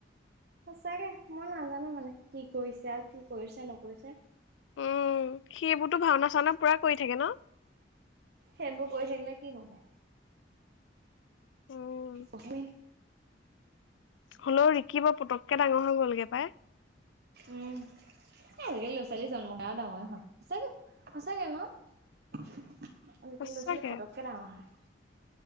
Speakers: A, on the right; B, on the left.
A: সঁচাকে, মই নাজানো মানে কি কৰিছে আৰু কি কৰিছে নকৰিছে?
B: উম সিবোৰতো ভাওনা - চাওনা পুৰা কৰি থাকে ন?
A: সেইবোৰ কৰি থাকিলে কি হব?
B: উম
A: অগ্নি।
B: হ'লও ৰিখিব পটককে ডাঙৰ হৈ গলগে পাই।
A: উম। এ হেৰি ল'ৰা - ছোৱালী জন্ম কৰাও ডাঙৰে হয়, সঁচাকে সঁচাকে ন? আজিকালি
B: সঁচাকে
A: ল'ৰা - ছোৱালী পটককে ডাঙৰ হয়।